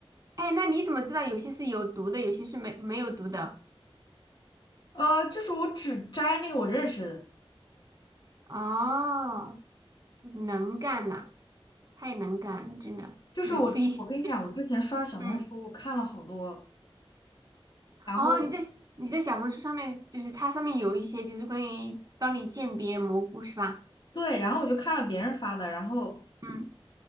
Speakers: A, on the right; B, on the left.
A: 哎，那你怎么知道有些是有毒的，有些是没没有毒的？
B: 呃，就是我只摘那个我认识的，
A: 哦，能干呐、太能干了，真的牛逼。
B: 就是我，我跟你讲，我之前刷小红书看了好多，
A: 嗯，
B: 然后
A: 哦，你在你在小红书上面，就是它上面有一些就是关于帮你鉴别蘑菇是吧？
B: 对，然后我就看了别人发的，然后，
A: 嗯。